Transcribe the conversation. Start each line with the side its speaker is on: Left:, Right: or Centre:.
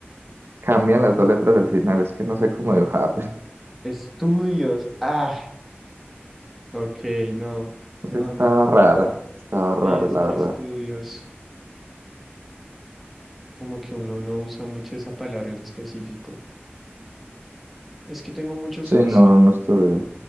Right: cambian las dos letras del final. Es que no sé cómo dibujar. <laughs>
Centre: Estudios, ah, ok, no,
Right: porque
Centre: no,
Right: estaba
Centre: ni,
Right: rara, estaba rara,
Centre: sí, es
Right: la
Centre: que
Right: verdad.
Centre: estudios, como que uno no usa mucho esa palabra en específico. Es que tengo muchos
Right: Sí, no,
Centre: estudios,
Right: no, no estuve.